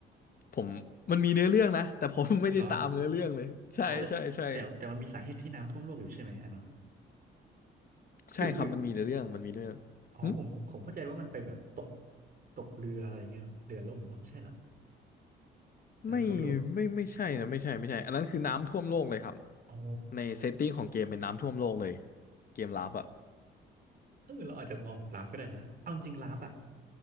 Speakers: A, on the left; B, on the right.
A: ผมมันมีเนื้อเรื่องนะแต่ผมไม่ได้ตามเนื้อเรื่องเลยใช่ใช่ใช่
B: เหรอ อ๋อแต่แต่แต่มันมีสาเหตุที่น้ำท่วมโลกอยู่ใช่ไหมอันนั้นอะ
A: ใช่ครับมันมีเรื่องมันมีเรื่องหึ
B: หรือหรืออ๋อผมผมเข้าใจว่ามันไปแบบตกตกเรืออะไรเงี้ยเรือล่มอ๋อไม่ใช่เหรอน้ำท่วมโลก
A: ไม่ไม่ไม่ใช่นะไม่ใช่ไม่ใช่อันนั้นคือน้ำท่วมโลกเลยครับ
B: อ๋อ
A: ในเซตติ้งของเกมเป็นน้ำท่วมโลกเลยเกมลับอ่ะ
B: เออเราอาจจะมองแบบลาฟก็ได้นะเอาจริงลาฟอ่ะ